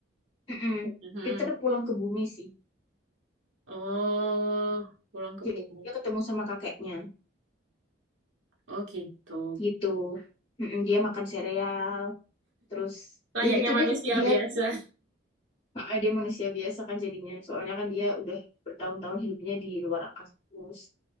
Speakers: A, on the left; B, on the right.
A: Mm-mm.
B: Heeh.
A: Peter pulang ke bumi sih.
B: Oh, pulang ke
A: Jadi
B: bumi.
A: dia ketemu sama kakeknya
B: Oh gitu.
A: gitu. Mm-mm. Dia makan sereal, terus
B: Layaknya
A: ya gitu
B: manusia
A: deh dia
B: biasa.
A: ah, dia manusia biasa kan jadinya. Soalnya kan dia udah bertahun-tahun hidupnya di luar angkasa terus